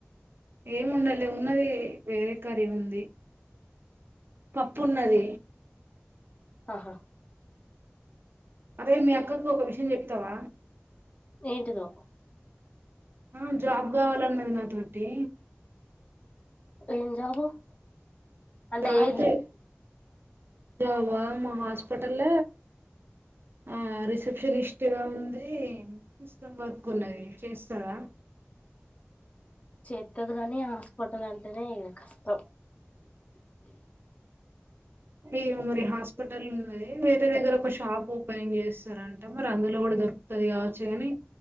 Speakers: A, on the right; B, on the left.
A: ఏము ఉండాలి ఉన్నది వేరే కర్రీ ఉంది పప్పు ఉన్నది
B: ఆహా
A: అరే మీ అక్కకు ఒక విషయం చెప్తావా
B: ఏంటితో
A: ఆ జాబ్ కావాలన్నది నాతోటి
B: ఏం జాబ్ ఉ అంటే
A: జాబ్
B: ఏ
A: చే జాబ్ హ హాస్పిటల్ ఆ రిసెప్షనిస్ట్గా ఉంది సిస్టమ్ వర్క్ ఉన్నది చేస్తాద
B: చేత్తది కానీ హాస్పిటల్ అంటేనే ఇ కష్టం
A: ఏమో మరి హాస్పిటల్ ఉన్నది వేరే దగ్గర ఒక షాప్ ఓపెనింగ్ చేస్తారంట మరి అందులో కూడా దొరుకుతది కావచ్చు కాని